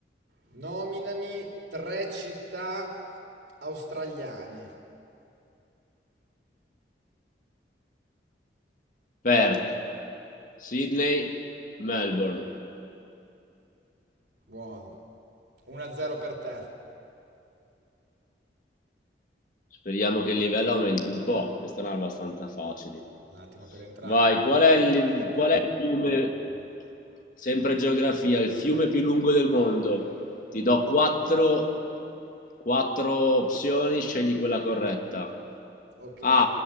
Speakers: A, on the right; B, on the left.
A: Nominami tre città australiane.
B: Perth, Sydney, Melbourne.
A: Buono. 1-0 per te.
B: Speriamo che il livello aumenti un po'. Queste erano abbastanza facili.
A: Un attimo per entrare.
B: Vai, qual è il, li- qual è il fiume, sempre geografia, il fiume più lungo del mondo? Ti do quattro, quattro opzioni, scegli quella corretta.
A: Ok,
B: A,